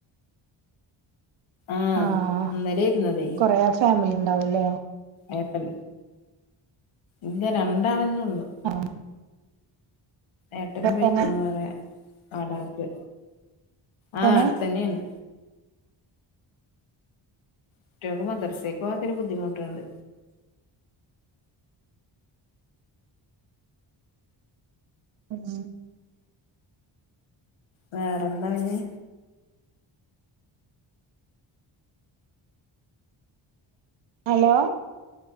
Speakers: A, on the left; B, on the right.
A: ആഹ്
B: ആഹ
A: ഇന്നലെ ഇരുന്നതേ
B: കൊറേ ഫാമിലി ഉണ്ടാവൂല്ലേ
A: ഏട്ടൻ ഇല്ല രണ്ടാളന്നെ ഒള്ളു
B: ആഹ
A: ഏട്ടനും പൈക്കുണു
B: തന്നെ
A: വേറെ വാടകക്ക് ആഹ
B: തന്നെ
A: അട് തന്നെയാണ് കുട്ടികൾക്ക് മദർസയ്ക്ക് പോവാത്തേന് ബുദ്ധിമുട്ടുണ്ട്.
B: ഉം
A: വേറെന്താ പിന്നെ
B: ഹലോ